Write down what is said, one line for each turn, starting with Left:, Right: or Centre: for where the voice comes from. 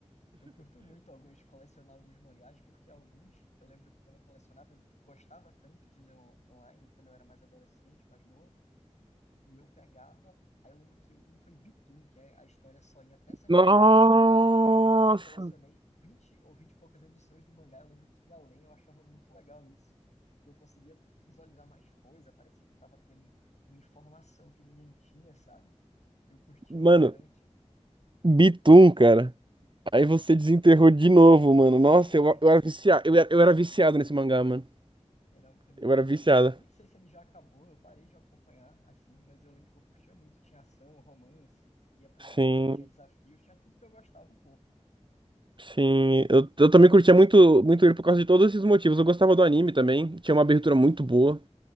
Left: Eu curto muito alguns colecionar alguns mangás, porque alguns eu lembro que quando eu colecionava, eu não gostava tanto de ler on- online, quando eu era mais adolescente, mais novo, e eu pegava. Aí eu lembro que um foi Bitum, que é a história só em até certa
Right: Nossa!
Left: parte. Aí eu lembro que eu colecionei 20 ou 20 e poucas edições do mangá. Eu lembro que ia além, eu achava muito legal isso, porque eu conseguia visualizar mais coisa, parecia que eu estava tendo uma informação que ninguém tinha, sabe? Eu curtia
Right: Mano,
Left: bastante.
Right: Bitum, cara. Aí você desenterrou de novo, mano.
Left: <laughs>
Right: Nossa, eu, eu era viciado, eu era, eu era viciado nesse mangá, mano.
Left: Era é muito
Right: Eu era viciado.
Left: legal. Eu nem sei se ele já acabou, eu parei de acompanhar assim, mas eu lembro que eu curtia muito. Tinha ação, romance, ia pra uma
Right: Sim,
Left: ilha, tinha desafios, tinha tudo que eu gostava um pouco.
Right: sim. Eu, eu também curtia muito, muito ele por causa de todos esses motivos. Eu gostava do anime também. Tinha uma abertura muito boa.